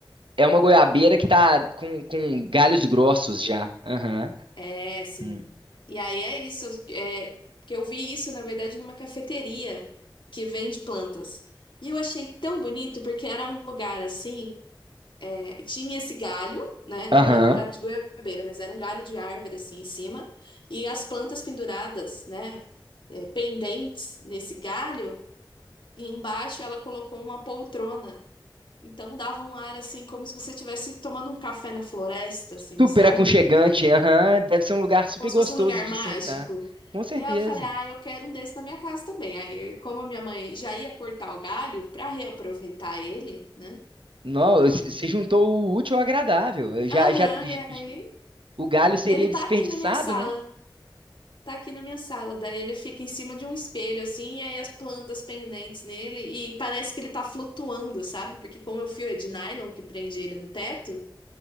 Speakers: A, on the right; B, on the left.
A: é uma goiabeira que tá com, com galhos grossos já. Aham.
B: É, sim.
A: Hum.
B: E aí é isso, é, que eu vi isso, na verdade, numa cafeteria que vende plantas. E eu achei tão bonito, porque era um lugar assim, é, tinha esse galho, né?
A: Aham.
B: Não era um galho de goiabeira, mas era um galho de árvore assim em cima, e as plantas penduradas, né? é, pendentes nesse galho, e embaixo ela colocou uma poltrona. Então dava um ar assim, como se você estivesse tomando um café na floresta, assim,
A: Super
B: sabe?
A: aconchegante, aham. Deve ser um lugar super
B: como se
A: gostoso
B: fosse um lugar
A: de
B: mágico.
A: sentar. Com certeza.
B: Eu falei, ah, eu quero um desse na minha casa também. Aí, como a minha mãe já ia cortar o galho para reaproveitar ele, né?
A: Não,
B: E não.
A: você juntou o útil ao agradável. Eu Já,
B: Aham,
A: já, j-
B: e
A: j-
B: aí
A: o galho seria
B: ele tá
A: desperdiçado,
B: aqui na minha sala.
A: né?
B: Tá aqui na minha sala. Daí ele fica em cima de um espelho, assim, e aí as plantas pendentes nele. E parece que ele tá flutuando, sabe? Porque como é o fio é de nylon que prende ele no teto,